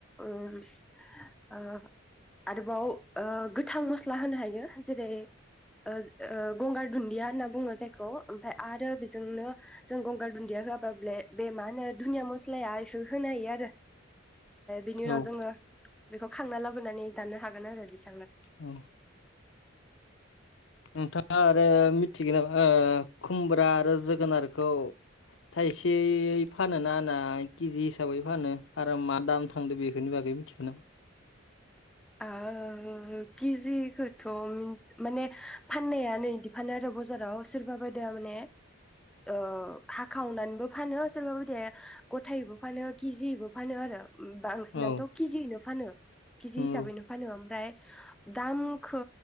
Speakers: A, in the centre; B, on the left (about 65°).
A: उम ओ आरोबाव ओ गोथां मस्ला होनो हायो जेरै ओ गंगार दुन्दिया होनना बुङो जायखौ ओमफ्राय आरो बेजोंनो जों गंगार दुन्दिया होआबाबल बे मा होनो धुनिया मस्लाया एसे होनो हायो आरो बिनि
B: औ
A: उनाव जोङो खांना लाबोनानै दानो हागोन आरो बिसोर
B: औ नोंथाङा आरो मिथिगोन नामा ओ खुमब्रा आरो जोगोनारखौ थायसे फानो ना कि जि हिसाबै फानो आरो मा दाम थांदो बेखोरनि बागै मिथिगो ना
A: ओ केजिखौथ' माने फाननाया नै इदि फानो आरो बजाराव सोरबा बायदिया माने ओ हाखावनानैबो फानो सोरबा बायदिया गथायैबो फानो केजिबो फानो आरो बांसिनाथ'
B: औ
A: केजियैनो फानो केजि
B: नंगौ
A: ओमफ्राय दामखौ